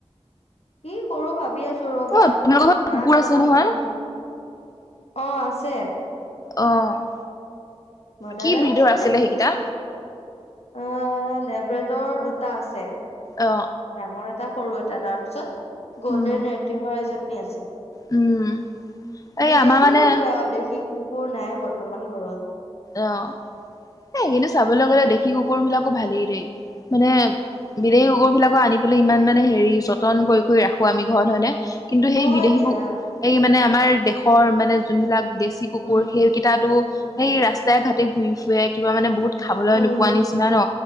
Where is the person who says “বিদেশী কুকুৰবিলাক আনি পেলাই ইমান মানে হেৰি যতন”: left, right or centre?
Left